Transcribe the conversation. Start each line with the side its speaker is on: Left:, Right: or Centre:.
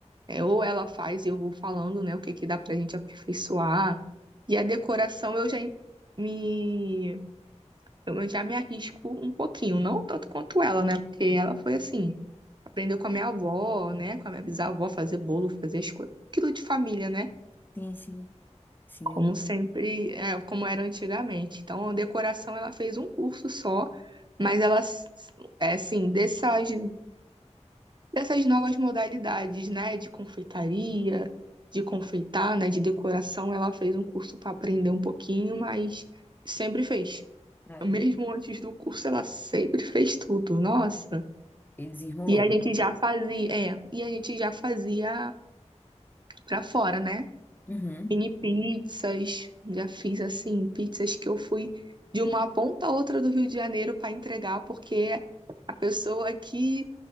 Right: É, ou ela faz e eu vou falando, né, o que que dá pra gente aperfeiçoar. E a decoração eu já em- me eu já me arrisco um pouquinho, não tanto quanto ela, né? Porque ela foi assim, aprendeu com a minha avó, né, com a minha bisavó fazer bolo, fazer as coisas, aquilo de família, né?
Left: Sim, sim, sim.
Right: Como sempre, é, como era antigamente. Então, a decoração ela fez um curso só, mas ela s- é assim, dessas dessas novas modalidades, né, de confeitaria, de confeitar, né, de decoração. Ela fez um curso para aprender um pouquinho, mas sempre fez.
Left: sabe?
Right: Mesmo antes do curso, ela sempre fez tudo. Nossa.
Left: E desenrolou.
Right: E a gente já fazia, é, e a gente já fazia para fora, né?
Left: Uhum.
Right: Mini pizzas, já fiz assim, pizzas que eu fui de uma ponta a outra do Rio de Janeiro para entregar, porque a pessoa aqui,